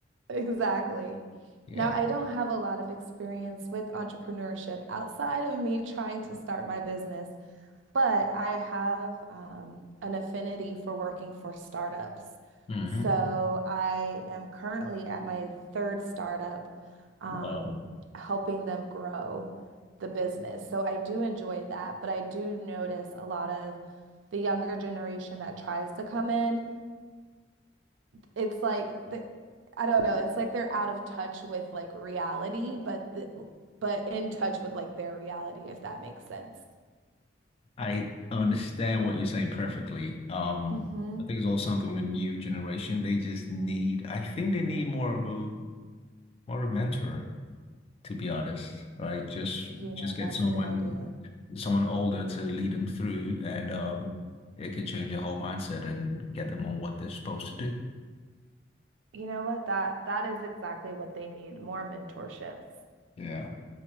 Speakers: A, on the right; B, on the left.
A: Exactly.
B: Yeah.
A: Now, I don't have a lot of experience with entrepreneurship outside of me trying to start my business, but I have um, an affinity for working for startups.
B: hmm
A: So I am currently at my third startup, um,
B: Wow.
A: helping them grow the business. So I do enjoy that, but I do notice a lot of the younger generation that tries to come in it's like the, I don't know, it's like they're out of touch with like reality, but the, but in touch with like their reality, if that makes sense.
B: I understand what you're saying perfectly. Um,
A: Mm-hmm.
B: I think it's all something with the new generation. They just need, I think they need more of a more of a mentor, to be honest, right? Just
A: You
B: just
A: know,
B: get
A: that's
B: someone
A: a good idea.
B: someone older to lead them through and um it can change their whole mindset and get them on what they're supposed to do.
A: You know what? That that is exactly what they need, more mentorships.
B: Yeah,